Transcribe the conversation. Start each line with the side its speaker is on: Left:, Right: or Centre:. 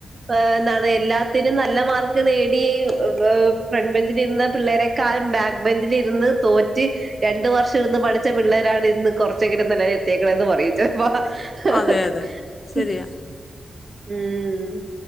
Right: ൾ എന്താണ് എല്ലാത്തിനും നല്ല മാർക്ക് നേടി ഫ്രണ്ട് ബെഞ്ചിലിര്ന്ന പിള്ളേരെക്കാളും ബാക്ക് ബെഞ്ചില് ഇരുന്ന് തോറ്റ് രണ്ട് വർഷം ഇരുന്ന് പ ഠിച്ച പിള്ളേരാണ് ഇന്ന് കൊർച്ചെങ്കിലും നെലേല് എത്തിയേക്കണെന്ന് പറിയും ചെലപ്പൊ ഹ്...
Left: അതെ അതെ ശരിയാ
Right: ഹ് ഉം